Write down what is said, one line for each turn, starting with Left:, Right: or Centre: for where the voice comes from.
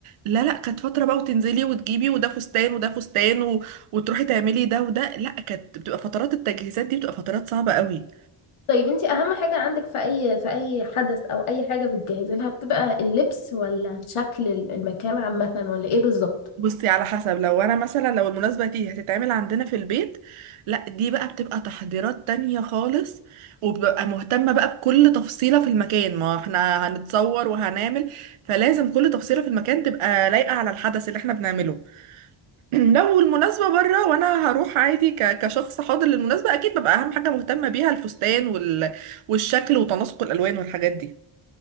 Right: لا لا كانت فترة بقى وتنزلي وتجيبي وده فستان وده فستان و... وتروحي تعملي ده وده لا كانت بتبقى فترات التجهيزات دي بتبقى فترات صعبة قوي
Left: طيب انتي اهم حاجة عندك في اي في اي حدث او اي حاجة بتجهزي لها بتبقى اللبس ولا شكل المكان عامة ولا ايه بالظبط
Right: بصي على حسب لو انا مثلا لو المناسبة دي هتتعمل عندنا في البيت لا دي بقى بتبقى تحضيرات تانية خالص وببقى مهتمة بقى بكل تفصيلة في المكان ما احنا هنتصور وهنعمل فلازم كل تفصيلة في المكان تبقى لايقة على الحدث اللي احنا بنعمله <clears throat> لو المناسبة بره وانا هروح عادي ك- كشخص حاضر للمناسبة اكيد ببقى اهم حاجة مهتمة بيها الفستان وال... والشكل وتناسق الالوان والحاجات دي